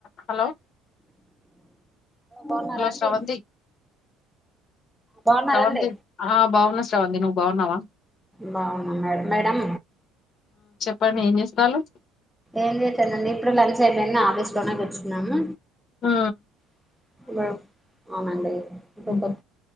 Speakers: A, on the left; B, in the centre.
A: హలో
B: బాగున్నారా
A: హలో
B: అండి
A: శ్రవంతి
B: బాగున్నారండి
A: శ్రవంతి ఆ బావున్నా వంది నువ్వు బాగున్నావా
B: బావున్నా మేడం మేడం
A: ప్పండి ఏం చేస్తాల్లు
B: ఏం చేస్తానండి ఇప్పుడు లంచ్ అయిపోయింది ఆఫీస్ లోనే కూర్చున్నాము
A: ఆ
B: <inaudible> అవునండి ఇప్పుడు
A: ఉమ్.